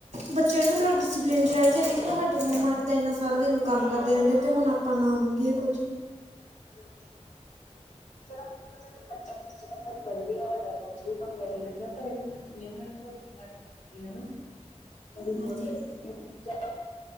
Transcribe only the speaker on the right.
ਬੱਚੇਆਂ ਨੂੰ ਵੀ ਥੋੜਾ ਪਰ ਰੈਣਾ ਚਾਈਦੈ ਕਿ ਹਾਡੇ ਮੰਮਾ ਏਦਾਂ ਸਾਰੇ ਦੇਨ ਕੰਮ ਕਰਦੇ ਰੈਦੇ ਨੇ ਤੇ ਹੁਣ ਆਪਾਂ ਨਾ ਮੰਗੀਏ ਕੁੱਝ। <inaudible>
ਹਾਂਜੀ